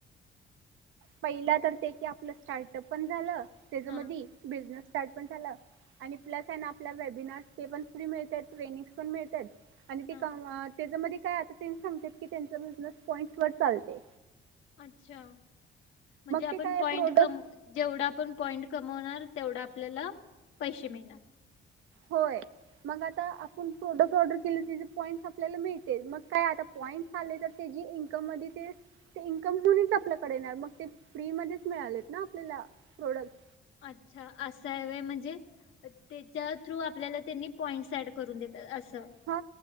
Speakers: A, on the right; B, on the left.
A: पहिला तर ते की आपलं स्टार्टअप पण झालं त्येजमधी
B: हा
A: बिझनस स्टार्ट पण झालं आणि प्लस आय ना आपला वेबिनार ते पण फ्री मिळतेत ट्रेनिंग्स पण मिळतेत आणि ती
B: हा
A: कमवत त्येजं मधी काय आता? त्येनी सांगतेत की त्यांचा बिझनस पॉईंट्सवर चालतंय
B: अच्छा म्हणजे आपण
A: ते काय
B: पॉईंट
A: प्रोडक्ट
B: कम जेवढं आपण पॉईंट कमवणार तेवढा आपल्याला पैसे मिळणार.
A: होय, मग आता आपुण प्रोडक्ट ऑर्डर किली तिजं पॉईंट्स आपल्याला मिळतेत मग काय आता पॉईंट्स आले तर त्येजी इन्कम मधी ते ते इन्कम दुन्हीच आपल्याकडे येणार मग ते फ्रीमध्येच मिळालेत ना आपल्याला प्रोडक्ट्स
B: अच्छा असय व्हय म्हणजे तेच्या थ्रू आपल्याला त्यांनी पॉइंट्स ऍड करून देतात अस
A: हा